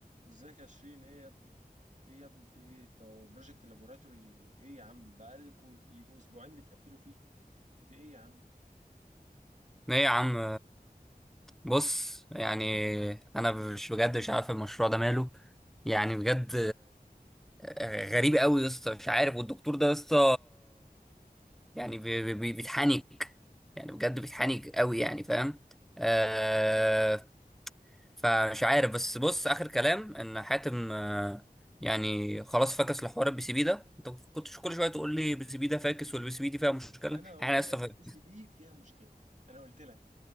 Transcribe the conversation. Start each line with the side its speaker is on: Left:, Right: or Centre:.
Right: ازيك يا شيرين ايه يا ابني ايه يا ابني في ايه طب بروجكت لابوراتوري ايه يا عم بقالكوا يجوا اسبوعين بتقفلوا فيه في ايه يا عم
Centre: ايه يا عم بص يعني انا مش بجد مش عارف المشروع ده ماله يعني بجد آه، غريب قوي يا اسطى مش عارف والدكتور ده يا اسطى يعني بي- بي- بيتحنك يعني بجد بيتحنك قوي يعني فاهم آه فمش عارف بس بص اخر كلام ان حاتم آه، يعني خلاص فكس لحوار البي سي بي ده انت كنتش كل شويه تقول لي البي سي بي ده فاكس والبي سي بي دي فيها مشكله
Right: انا قلت
Centre: احنا
Right: لك
Centre: لسه فاكس.
Right: البي سي بي فيها مشكله انا قلت لك